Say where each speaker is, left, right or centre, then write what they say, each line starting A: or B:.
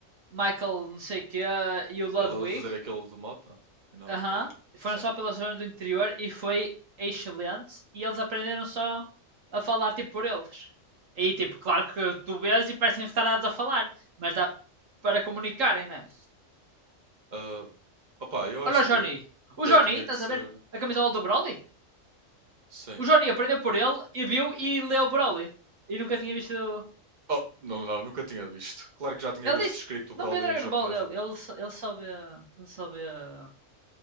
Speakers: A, on the right; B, on the right.
A: Michael não sei o quê uh, e o Ludwig,
B: Que ele a fazer aquilo de moto. e não-
A: aham,
B: é,
A: foram
B: sim.
A: só pela zona do interior e foi excelente e eles aprenderam só a falar tipo por eles. Aí tipo, claro que tu vês e parecem retardados a falar, mas dá para comunicarem, né?
B: Ah, opá, eu acho
A: Olha o Johnny.
B: que
A: O
B: eu
A: Johnny,
B: tinha
A: estás
B: que ser.
A: a ver? A camisola do Broly?
B: Sim.
A: O Johnny aprendeu por ele e viu e leu o Broly. E nunca tinha visto.
B: Oh, não, não, nunca tinha visto. Claro que já tinha
A: Ele
B: visto
A: disse.
B: escrito
A: Não
B: Broly
A: vê Dragon
B: em japonês,
A: Ball ele. Ele só, ele só vê. Ele só vê. uh,